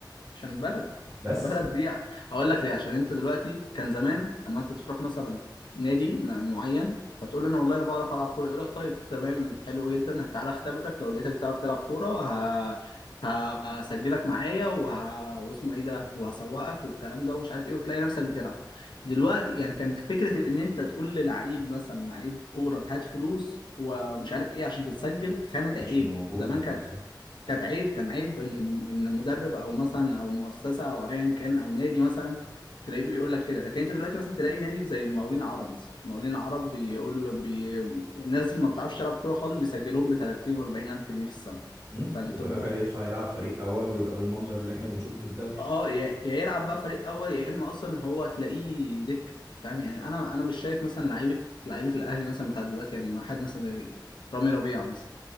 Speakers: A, on the left; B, on the right.
A: عشان البلد
B: بس
A: البلد
B: ما
A: دي يعني هقول لك ليه عشان انت دلوقتي كان زمان لما انت تروح مثلا نادي م- معين فتقول له انا والله انا بعرف العب كوره يقول لك طيب تمام حلو جدا تعالى اختبرك لو لقيتك بتعرف تلعب كوره ه... هسجلك معايا وه... واسمه ايه ده وهسوقك والكلام ده ومش عارف ايه وتلاقي نفسك بتلعب دلوقتي يعني كان فكره ان انت تقول للعيب مثلا لعيب كوره هات فلوس ومش عارف ايه عشان تتسجل كانت
B: كانتش
A: عيب
B: موجودة
A: زمان
B: بالظبط
A: كانت كانت عيب كان عيب ان ان مدرب او مثلا او مؤسسه او ايا كان او نادي مثلا تلاقيه بيقول لك كده لكن انت دلوقتي مثلا تلاقي نادي زي مقاولين عرب مثلا مقاولين عرب بيقول بي... الناس ما بتعرفش تلعب كوره خالص بيسجلوهم ب 30 و40 الف جنيه في السنه
B: مم.
A: فانتوا
B: وفي الاخر يطلع يلعب فريق اول ويبقى بالمنظر اللي احنا بنشوفه في الدوري
A: اه يا يا يلعب بقى فريق اول يا اما اصلا هو تلاقيه دك فاهم يعني انا انا مش شايف مثلا لعيبه لعيبه الاهلي مثلا بتاع دلوقتي يعني حد مثلا زي رامي ربيعه مثلا